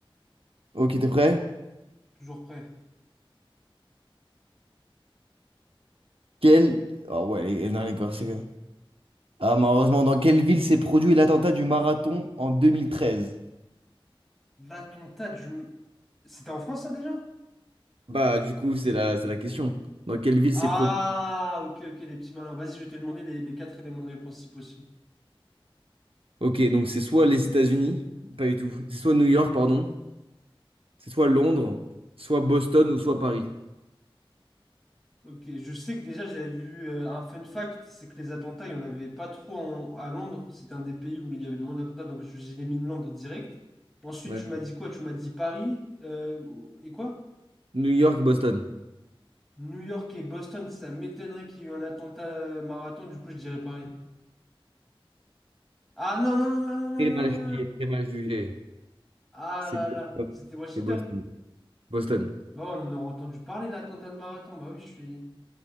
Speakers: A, on the right; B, in the centre.
A: Ok, t'es prêt?
B: Toujours près.
A: Quel... Ah ouais, les- non, les Corses, c'est... Ah, malheureusement, dans quelle ville s'est produit l'attentat du marathon en 2013?
B: L'attentat du... C'était en France, ça, déjà?
A: Bah, du coup, c'est la, c'est la question. Dans quelle ville
B: Ah,
A: s'est produit
B: ok, ok, les petits malins. Vas-y, je vais te demander les, les quatre éléments de réponse, si possible.
A: Ok, donc c'est soit les États-Unis, pas du tout. C'est soit New York, pardon. C'est soit Londres, soit Boston ou soit Paris.
B: Ok, je sais que déjà j'avais vu euh, un fun fact, c'est que les attentats, il n'y en avait pas trop en- à Londres. C'était un des pays où il y avait le moins d'attentats, donc je- j'ai mis Londres direct. Ensuite,
A: Vas-y.
B: tu m'as dit quoi? Tu m'as dit Paris euh, et quoi?
A: New York, Boston.
B: New York et Boston, ça m'étonnerait qu'il y ait eu un attentat euh, marathon, du coup je dirais Paris. Ah non, non, non, non, non,
A: Très
B: non,
A: mal
B: non, non,
A: jugé,
B: non.
A: très mal jugé.
B: Ah
A: C'est
B: là
A: Boston.
B: là, c'était Washington?
A: C'est Boston. Boston.
B: Bah ouais, on en aurait entendu parler, l'attentat de marathon. Bah oui, je suis.